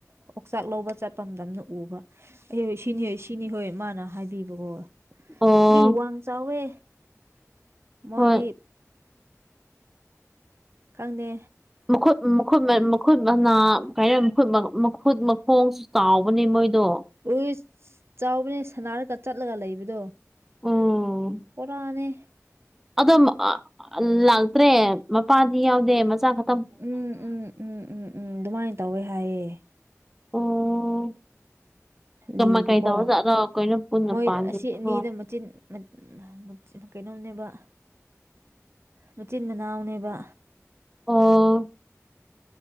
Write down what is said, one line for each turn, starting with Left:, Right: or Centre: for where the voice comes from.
Right: ꯑꯣꯛꯆꯥꯛ ꯂꯧꯕ ꯆꯠꯄ ꯃꯇꯝꯗ ꯎꯕ ꯑꯩ ꯁꯤꯅꯤ ꯍꯣꯏ ꯁꯤꯅꯤ ꯍꯣꯏ ꯃꯥꯅ ꯍꯥꯏꯕꯤꯕꯀꯣ
Centre: ꯑꯣ
Right: ꯃꯤ ꯋꯥꯡ ꯆꯥꯎꯋꯦ ꯃꯣꯏꯗꯤ
Centre: ꯍꯣꯏ
Right: ꯈꯪꯗꯦ
Centre: <inaudible> ꯈꯨꯨꯠ ꯃꯅꯥ ꯀꯠ ꯃꯈꯨꯠ ꯃꯈꯣꯡꯁꯨ ꯆꯥꯎꯕꯅꯦ ꯃꯣꯏꯗꯣ
Right: ꯎꯨꯏ ꯆꯥꯎꯕꯅꯦ ꯁꯅꯥꯔꯒ ꯆꯠꯂꯒ ꯂꯩꯕꯗꯣ
Centre: ꯎꯝ
Right: ꯄꯨꯔꯥꯅꯦ
Centre: ꯑꯗꯣ ꯑ ꯂꯥꯛꯇ꯭ꯔꯦ ꯃꯄꯥꯗꯤ ꯌꯥꯎꯗꯦ ꯃꯆꯥ ꯈꯛꯇ
Right: ꯎꯝ ꯎꯝ ꯎꯝ ꯎꯝ ꯎꯝ ꯑꯗꯨꯃꯥꯏꯅ ꯇꯧꯋꯦ ꯍꯥꯏꯑꯦ
Centre: ꯑꯣ ꯀꯃ
Right: ꯂꯤꯕꯀꯣ
Centre: ꯀꯩ ꯇꯧꯔꯖꯥꯠꯂꯣ ꯑꯩꯈꯣꯏꯅ ꯄꯨꯟꯅ
Right: ꯃꯣꯏ
Centre: ꯄꯥꯟꯁꯤꯕꯣ
Right: ꯑꯁꯤ ꯑꯅꯤꯗ <unintelligible> ꯀꯩꯅꯣꯝꯅꯦꯕ ꯃꯆꯤꯟ ꯃꯅꯥꯎꯅꯦꯕ
Centre: ꯑꯣ